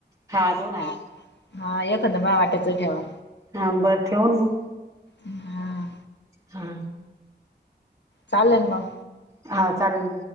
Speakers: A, on the right (about 20°); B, on the left (about 75°).
A: हा दोन आहे.
B: आहेना एकंद मला वाटाचं ठेवा.
A: हां बरं ठेवन मग
B: हा
A: हा
B: चालेन म
A: हा चालेल